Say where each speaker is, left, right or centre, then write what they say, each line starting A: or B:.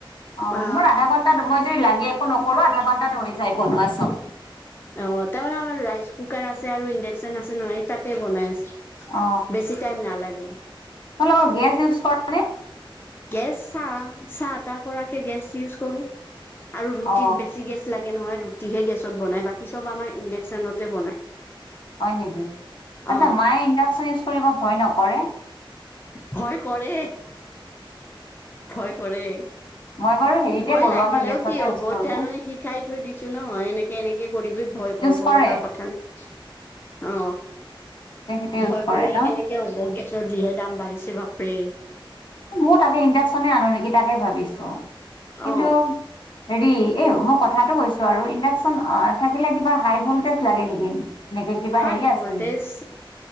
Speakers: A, on the left; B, on the left.
A: অ
B: হা
A: মোৰ আধা ঘন্টাই যদি লাগে একো ন সৰু আধা ঘণ্টা হৈ যায় বনোৱা চব
B: অ তাৰমানে আমাৰ ৰাইচ কুকাৰ আছে আৰু ইণ্ডাকচন আছে নহয় তাতে বনাই আছো
A: অ
B: বেছি টাইম নালাগে
A: তোমালোকৰ গেছ ইউজ কৰা নে?
B: গেছ চাহ চাহ তাহ কৰাকে গেছ ইউজ কৰো আৰু ৰুটিত
A: অ
B: বেছি গেছ লাগে। নহয়, ৰুটি হে গেছত বনাই, বাকী চব আমাৰ ইণ্ডাকচনতে বনাই।
A: হয় নেকি। আচ্ছা
B: অ
A: মায়ে ইণ্ডাকচন ইউজ কৰিব ভয় নকৰে?
B: ভয় কৰে ভয় কৰে।
A: মই বাৰু হেৰিতে
B: ভয়
A: কৰো
B: লাগিলেও
A: আমাৰ গেছতে
B: কি হ'ব
A: ইউজ কৰো
B: তাৰমানে শিকাই থৈ দিছো নহয়, এনেকে এনেকে কৰিবি ভয় কৰিব
A: ইউজ কৰে
B: লগা কথা অ।
A: তেখেতে ইউজ
B: ভয়
A: কৰে
B: কৰিলে
A: ন
B: কেনেকে হ'ব, গেছৰ যহে দাম বাঢ়িছে বাপৰে।
A: মোৰ তাতে ইণ্ডাকশ্যনে আনো নেকি। তাকে ভাবিছো। কিন্তু
B: অ
A: হেৰি এই মই কথাটো কৈছো আৰু ইণ্ডাক ইণ্ডাক্সন থাকিলে কিবা হাই ভলটেজ লাগে নেকি, এনেকে কিবা
B: হাই
A: হেৰি আছে
B: ভল্টেজ
A: নেকি?